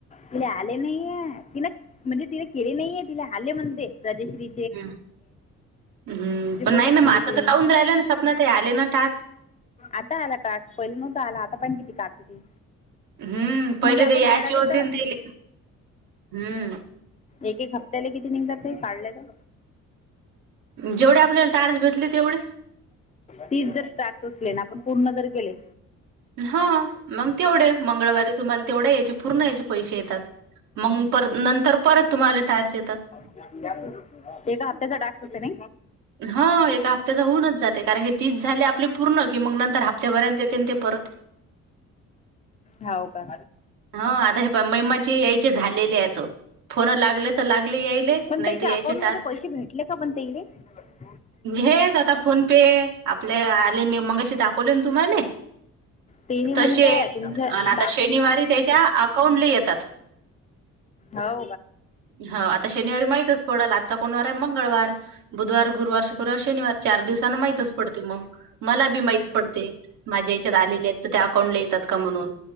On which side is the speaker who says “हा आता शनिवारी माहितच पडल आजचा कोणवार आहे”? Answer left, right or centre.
Right